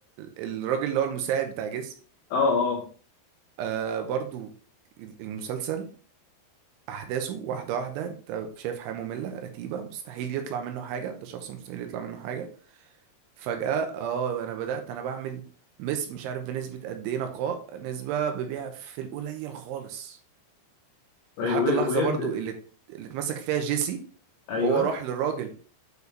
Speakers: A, on the right; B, on the left.
A: الراجل اللي هو المساعد بتاع جسم
B: اه اه
A: آه برضو المسلسل احداثه واحده واحده انت شايف حياه ممله رتيبه مستحيل يطلع منه حاجه ده شخص مستحيل يطلع منه حاجه فجاه اه انا بدات انا بعمل مس مش عارف بنسبه قد ايه نقاء نسبه ببيع في القليل خالص
B: ايوه
A: لحد
B: وي-
A: اللحظة
B: ويبدا
A: برضو اللي اللي اتمسك فيها جيسي
B: ايوه
A: وهو راح للراجل